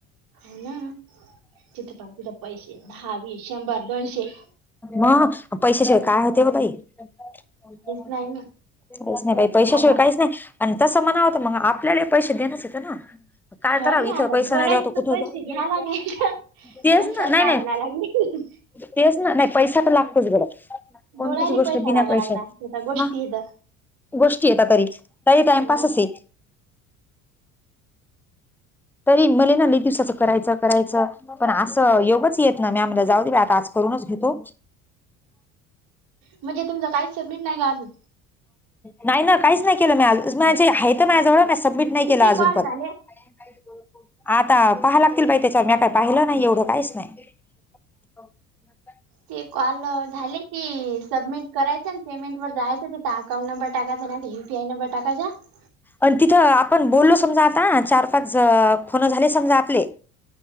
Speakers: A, on the right; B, in the centre.
A: हो ना तिथं पा तिथ पैसे दहावीस शंभर दोनशे.
B: ह पैशाशिवाय काय होते ब बाई. काहीच
A: नाही ना
B: नाही बाई पैशाशिवाय
A: आता
B: काहीच नाही अंण तस म्हणाव मग. आपल्याला पैसे देणच येत ना- काय
A: हो
B: करावं
A: ना
B: इथं
A: आता
B: पैसा
A: बोलायचे
B: नाही द्या तो
A: तर
B: कुठे
A: पैसे घ्या लागायचं
B: तेच
A: म्हणसाल
B: ना नाही
A: काय
B: नाही.
A: म्हणा लागली
B: तेच ना नाही पैसा पण लागतोच बरं कोणतीच
A: बोलायला
B: गोष्ट
A: पैसा
B: बिन
A: लागा
B: पैशातत
A: लागला त्याचा गोष्टी
B: म
A: इथं
B: गोष्टी येत तरी तरी टाइमपासच
A: मग
B: आहे. तरी मले ना ल दिवसाचं करायचं करायचं पण असं
A: हा.
B: योगच येत. ना मी आम्हाला जाऊ दे बी आता आज करूनच घेतो.
A: म्हणजे तुमचं काही सबमिट नाही का अजून.
B: नाही ना काहीच नाही केलं मी माझे आहे माझ्याजवळ म सबमिट नाही
A: किती
B: केलं अजून
A: कॉल
B: पण.
A: झाले
B: <unintelligible> आता पहाय लागतील बाई त्याच्यावर मी काय पाहिलं नाही एवढं काहीच नाही. अ.
A: ते कॉल झाले की सबमिट करायच आणि पेमेंट वर जायचं ते ता- अकाउं नंबर टकाचा नाही तर यू पीआय नंबर टाकाचा चा-
B: आणि तिथं आपण बोललो समजा आता चार- फोन झाले समजा आपले-